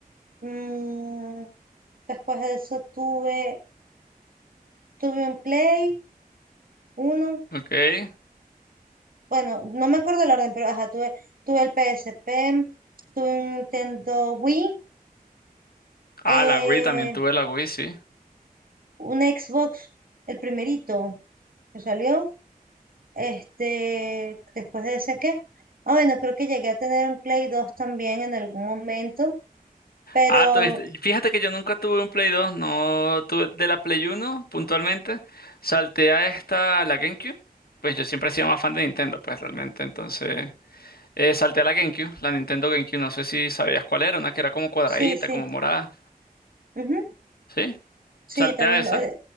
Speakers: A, on the right; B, on the left.
A: mm, después de eso tuve, tuve un Play uno
B: Ok.
A: Bueno, no me acuerdo el orden, pero ajá, tuve, tuve el P S P tuve un Nintendo Wii,
B: Ah,
A: eh,
B: la Wii, también tuve la Wii, sí.
A: un Xbox, el primerito que salió, este, después de ese que, ah, bueno, creo que llegué a tener un Play 2 también en algún momento, pero
B: Ah, tuviste. Fíjate que yo nunca tuve un Play 2, no tuve de la Play 1 puntualmente. Salté a esta, la GameCube. Pues yo siempre he sido más fan de Nintendo, pues realmente. Entonces, eh, salté a la GameCube, la Nintendo GameCube, no sé si sabías cuál era, una que era como cuadradita,
A: sí, sí,
B: como morada.
A: ujú,
B: ¿Sí?
A: sí,
B: Salté
A: también,
B: a esa.
A: eh,